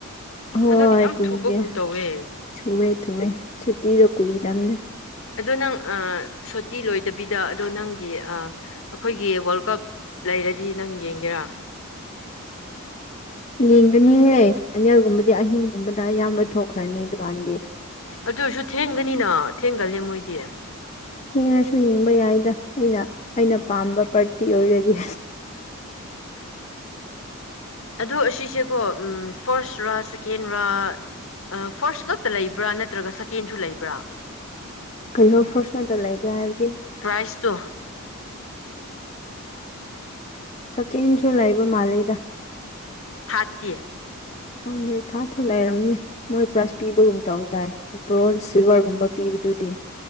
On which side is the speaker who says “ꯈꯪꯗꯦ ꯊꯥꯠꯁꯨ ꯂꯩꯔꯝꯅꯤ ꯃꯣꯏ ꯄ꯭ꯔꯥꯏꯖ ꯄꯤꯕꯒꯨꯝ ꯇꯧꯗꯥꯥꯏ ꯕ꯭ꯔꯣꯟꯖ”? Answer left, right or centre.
Left